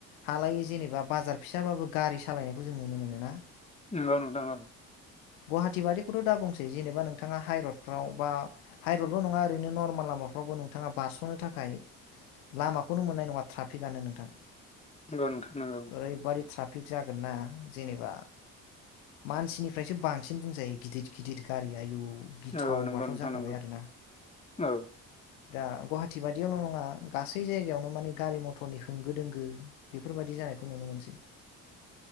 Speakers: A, on the left (about 75°); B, on the left (about 15°).
A: हालायि जेनेबा बाजार फिसाबाबो गारि सालायनायखौ जों नुनो मोनो आरो ना?
B: नंगौ नोंथां औ।
A: गुवाहाटि बादिखौथ' दाबुंसै जेनेबा नोंथाङा हाइरडफ्राव बा हाइरडल' नङा ओरैनो नर्माल लामाफ्रावबो नोंथाङा बारस'नो थाखाय लामाखौनो मोननाय नङा ट्राफिकआनो नोंथां।
B: नोंगौ नोथां नोंगौ।।
A: ओरैबादि ट्राफिक जागोन ना जेनेबा मानसिनि ओमफ्रायसो बांसिन बुंजायो गिदिद गिदिद गारि आयु गिथाव
B: औ नोंगौ
A: बाथाव
B: नोंथां
A: जाखाबाय
B: नोंगौ
A: आरोना
B: औ।
A: दा गुवाहाटि बादियावल' नङा गासै जायगायावनो मानि गारि मथरनि होंगो दोंगो बेफोरबायदि जानायखौ नुनो मोनसै